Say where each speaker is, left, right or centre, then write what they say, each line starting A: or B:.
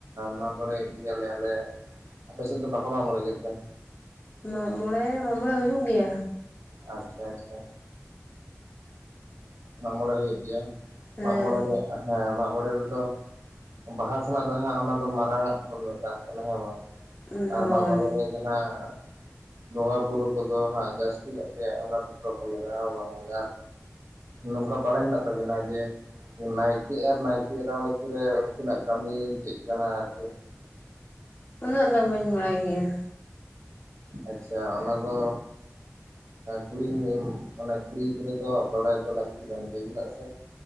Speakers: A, on the right; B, on the left.
A: ᱢᱟᱜ ᱢᱚᱬᱮᱸ ᱮᱱ ᱜᱮᱭᱟᱞᱮ ᱟᱞᱮ ᱟᱯᱮ ᱥᱮᱫ ᱫᱚ ᱵᱚᱠ ᱢᱟᱜᱢᱩᱬᱮᱸ ᱜᱮᱛᱮ
B: ᱢᱟᱜ ᱢᱚᱬᱮ ᱢᱟᱜ ᱢᱬᱮ ᱦᱩᱭᱩᱜ ᱜᱮᱭᱟ
A: ᱟᱪᱪᱷᱟ ᱟᱪᱪᱷᱟ ᱢᱟᱜ ᱢᱚᱬᱮ ᱦᱩᱭᱩᱜ ᱜᱮᱭᱟ
B: ᱦᱮᱸ
A: ᱢᱟᱜ ᱢᱚᱬᱮ ᱨᱮ ᱦᱮᱸ ᱢᱟᱜ ᱢᱚᱬᱮ ᱨᱮᱫᱚ ᱵᱟᱦᱟ ᱥᱮᱱᱟᱜ ᱫᱚ ᱦᱟᱸᱜ ᱚᱱᱟ ᱫᱚ ᱢᱟᱨᱟᱝ ᱟᱜ ᱵᱚᱱ ᱢᱮᱛᱟᱜ ᱠᱟᱱᱟ ᱦᱮᱸ ᱵᱟᱝ
B: ᱦᱳᱭ
A: ᱟᱨ ᱢᱟᱜ ᱢᱚᱬᱮ ᱨᱮ ᱡᱟᱦᱟᱸ ᱵᱚᱸᱜᱟᱼᱵᱩᱨᱩ ᱠᱚᱫᱚ ᱡᱟᱹᱥᱛᱤ ᱜᱮ ᱟᱱᱟᱴ ᱫᱚᱠᱚ ᱞᱟᱜᱟᱜᱼᱟ ᱱᱚᱝᱠᱟ ᱵᱟᱲᱟᱭ ᱦᱮᱱᱟᱜ ᱛᱟᱵᱮᱱᱟ ᱡᱮ ᱱᱟᱭᱠᱮ ᱟᱨ ᱱᱟᱭᱠᱮ ᱢᱩᱫᱨᱮ ᱩᱱᱠᱤᱱᱟᱜ ᱠᱟᱹᱢᱤ ᱪᱮᱫ ᱠᱟᱱᱟ ᱟᱨᱠᱤ
B: ᱩᱱᱟᱹᱜ ᱫᱚ ᱵᱟᱹᱧ ᱵᱟᱲᱟᱭ ᱜᱮᱭᱟ
A: ᱟᱪᱪᱷᱟ ᱚᱱᱟᱫᱚ ᱠᱩᱲᱤ ᱠᱩᱲᱤ ᱜᱤᱫᱽᱨᱟᱹ ᱫᱚ ᱵᱟᱲᱟᱭ ᱦᱚᱪᱚ ᱞᱟᱹᱠᱛᱤ ᱠᱟᱱ ᱜᱮᱭᱟ ᱪᱮᱫᱟᱜ ᱥᱮ